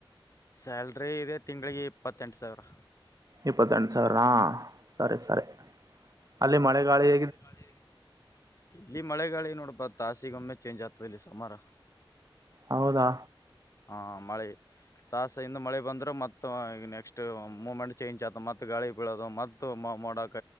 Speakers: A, on the left; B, on the right.
A: ಸ್ಯಾಲ್ರಿ ಇದೆ ತಿಂಳಿಗೆ ಇಪ್ಪತ್ತೆಂಟು ಸಾವಿರ
B: ಇಪ್ಪತ್ತಂ ಸಾವಿರಾ ಸರಿ ಸರಿ ಅಲ್ಲಿೇ ಮಳೆಗಾಿ
A: ೆಳ ಇಲ್ಲಿ ಮಳೆಗಾಳಿ ನೋಡ್ಬಾ ತಾಸಿಗೊಮ್ಮೆ ಚೇಂಜ್ ಆಗ್ತದೆ ಇಲ್ಲಿ ಸಮಾರ
B: ಹೌದಾ
A: ಹಾ ಮಳೆ ತಾಸ ಹಿಂದ ಮಳೆ ಬಂದ್ರೆ ಮತ್ತ ಈಗ ನೆಕ್ಸ್ಟ್ ಮೂಮೆಂಟ್ ಚೇಂಜ್ ಆತ ಮತ್ತ ಗಾಳಿ ಬೀಳೋದು ಮತ್ತ ಮೋಡಕ